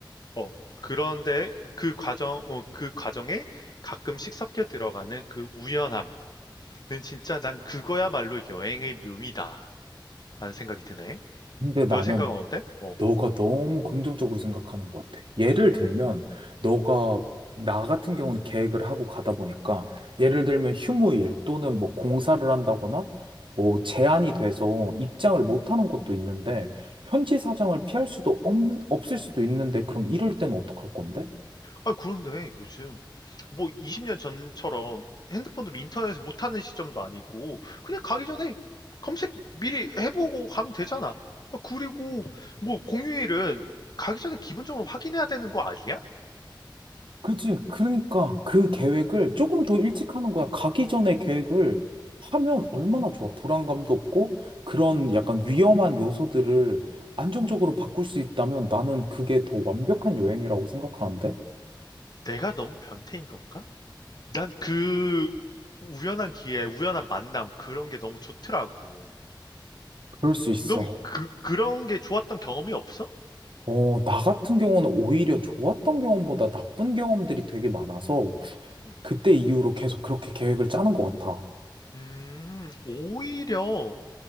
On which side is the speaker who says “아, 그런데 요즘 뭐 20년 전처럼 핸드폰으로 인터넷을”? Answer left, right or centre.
Left